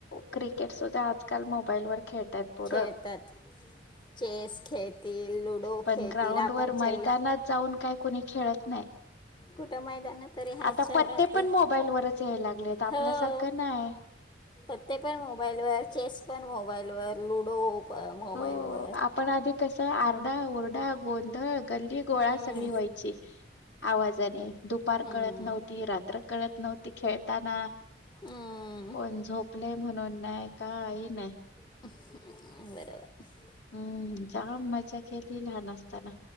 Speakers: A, on the left (about 70°); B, on the left (about 25°).
A: क्रिकेट सुद्धा आजकाल मोबाईल वर खेळतात पोर.
B: खेळतात चेस खेळतील, लुडो
A: पण
B: खेळतील,
A: ग्राउंड
B: आपण
A: वर
B: चल
A: मैदानात जाऊन काय कोणी खेळत नाही.
B: कुठं मैदान तरी आहेत
A: आता
B: शहरात
A: पत्ते
B: तर
A: पण मोबाईल वरच याय लागलेत.
B: हो
A: आपल्यासारखं नाही.
B: पत्ते पण मोबाईल वर, चेस पण मोबाईल वर, लुडो मोबाईल
A: हो
B: वर
A: आपण आधी कस आरडा, ओरडा, गोंधळ, गल्ली गोळा
B: हम्म,
A: सगळी व्हायची. आवाजाने, दुपार
B: हम्म.
A: कळत नव्हती, रात्र कळत नव्हती. खेळताना
B: हम्म
A: कोण झोपले म्हणून नाही, काही नाही.
B: बरोबर.
A: हम्म, जाम मजा केली लहान असताना.